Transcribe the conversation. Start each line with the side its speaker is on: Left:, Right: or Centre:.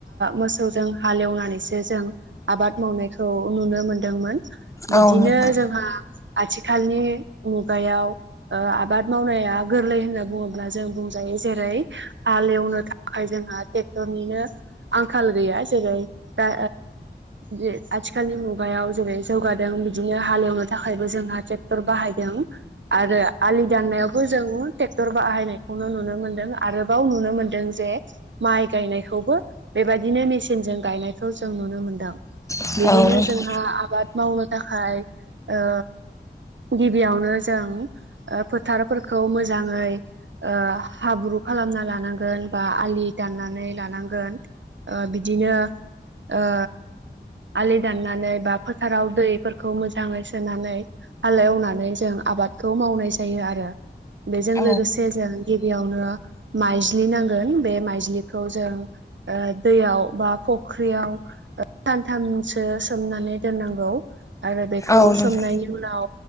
Right: मोसौजों हालेवनानै सो जों आबाद मावनायखौ नुनो मोनदोंमोन बिदिनो
Left: औ नोंथां औ नोंथां औ
Right: जोंहा आथिखालनि मुगायाव ओ आबाद मावनाया गोरलै होनना बुङोब्ला जों बुंजायो जेरै हाल एवनो थाखाय जोंहा ट्रेक्टरनिनो आंखाल गैया जेरै दा जे आथि खालनि मुगायाव जेरै जौगादों बिदिनो हालेवनो थाखायबो जोंहा ट्रेक्टर बाहायदों। आरो आलि दाननायाव बो जोङो टेक्टर बाहायनायखौनो नुनो मोन्दों आरोबाव नुनो मोनदों जे माइ गायनायखौबो बेबायदिनो मेचिनजों गायनायखौ जों नुनो मोनदों।
Left: नोंथां
Right: बिदिनो जोंहा आबाद मावनो थाखाय औ गिबियावनो जों ओ फोथारफोरखौ मोजाङै ओ हाब्रु खालामना लानांगोन बा आलि दाननानै लानांगोन। ओ बिदिनो ओ आलि दाननानै बा फोथाराव दैफोरखौ मोजाङै सोनानै हाल एवनानै जों आबादखौ मावनाय जायो आरो। बेजों
Left: औ
Right: लोगोसे जों गिबियावनो माइज्लि नांगोन बे माइज्लिखौ जों ओ दैयाव बा फुख्रियाव थामसो सोमनानै दोननांगौ आरो बेखौ
Left: औ नोंथां औ नोंथां
Right: सोमनायनि उनाव